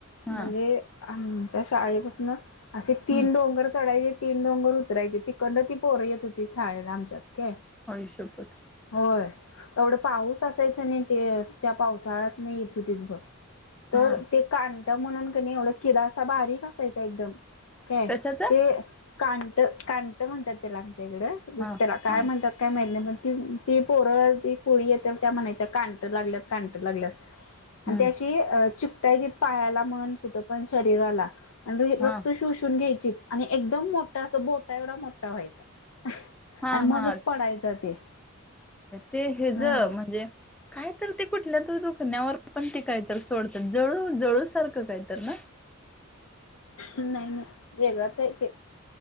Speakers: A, in the centre; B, on the left (about 80°).
A: हा
B: म्हणजे आमच्या शाळेपासून असे
A: हम्म.
B: तीन डोंगर चढायचे. तीन डोंगर उतरायचे तिकंड ती पोरं येत होती शाळेला आमच्यातक.
A: हयि शपत
B: होय तेवढं पाऊस असायचं नाही ते त्या पावसाळ्यात नाही येतो तिथ बघ. तर
A: हा
B: ते काांत म्हणून क नाही एवढा किडसा बारीक असायचा एकदम. काय
A: कशाचा
B: ते काांत काांत म्हणतात त्याला. कडं रस्त्याला
A: हा
B: काय
A: हा
B: म्हणतात काय माहिती नाहीण त ती पोरं. ती पोळी येत त्या म्हणायच्या काांट लागल्यात काांट लागल्यात आणि
A: हम्म.
B: त्याशी च. त्याजत पायाला मन कुठं पण शरीराला आणि रक्त
A: हा
B: शोषून घ्याय. आणि एकदम मोठा अस बोटा एवढा मोठा व्हायचा.
A: हा
B: आणि मगच
A: हा
B: पडायचं ते.
A: ते हे
B: हा
A: ज म्हणजे कायत ते कुठल्या तर दुखण्यावर पण ते काहीत. सोडतात जळू जळू सारखं काय तर ना.
B: नाही नाही वेगडच य ते.